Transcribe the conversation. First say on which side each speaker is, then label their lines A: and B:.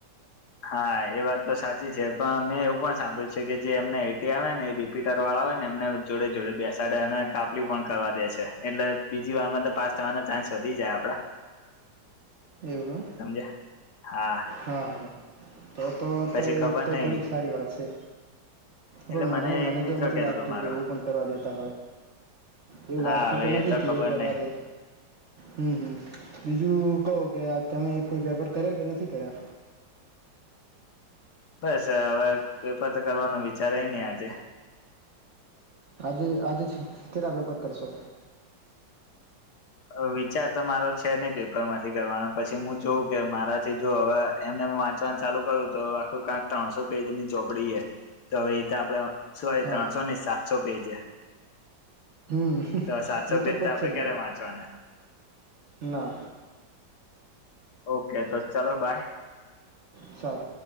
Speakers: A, on the left; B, on the right.
A: હા એ વાત તો સાચી છે. પણ મેં એવું પણ સાંભળ્યું છે કે જે એમને એટી આવે ને એ રીપીટરવાળા હોય ને એમને જોડે જોડે બેસાડે અને કાપલી પણ કરવા દે છે. એટલે બીજી વારમાં તો પાસ થવાના ચાન્સ વધી જાય આપણા.
B: એવું એમ?
A: સમજયા હા.
B: હા હા. તો તો
A: પછી
B: તો એ
A: ખબર
B: તો
A: નહિ
B: થોડીક સારી વાત છે.
A: એટલે
B: પણ મરે મને
A: એક મિત્ર
B: તો નથી
A: કેતો
B: લાગતું
A: હતો મારો
B: કે એવું પણ કરવા દેતા હોય. એવું
A: હા
B: લાગતું
A: હવે
B: તો નથી
A: એ
B: કે
A: ખબર
B: એવું કરવા
A: નહિ
B: દે. હમ હમ. બીજું કોકે આજ તમે કોઈ પેપર કર્યા કે નથી કર્યા?
A: બસ હવે પેપર તો કરવાનો વિચાર હે નહી આજે.
B: આજે આજે કેટલા પેપર કરશો?
A: અ વિચાર તો મારો છે નહી પેપરમાંથી કરવાનો પછી હું જોઉં કે મારાથી જો હવે એમને એમ વાંચ ચવાનું ચાલુ કરું તો આખું કાક ત્રણસો પેજની ચોપડી હે. તો હવે ઈતે આપડ સોરી
B: હા
A: ત્રણસો ની સાતસો પેજ હે.
B: હમ
A: તો સાતસો
B: એ
A: પેજ
B: પતશે
A: તો આપડે
B: જ
A: ક્યારે
B: નહીં
A: વાંચવાના?
B: ના
A: ઓકે તો ચલો બાય.
B: સાત